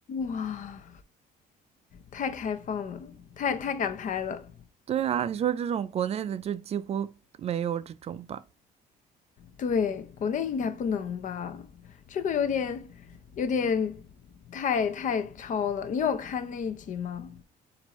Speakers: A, on the left (about 50°); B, on the right (about 40°).
A: 哇，太开放了，太太敢拍了。
B: 对啊，你说这种国内的就几乎没有这种吧？
A: 对，国内应该不能吧？这个有点，有点太太超了。你有看那一集吗？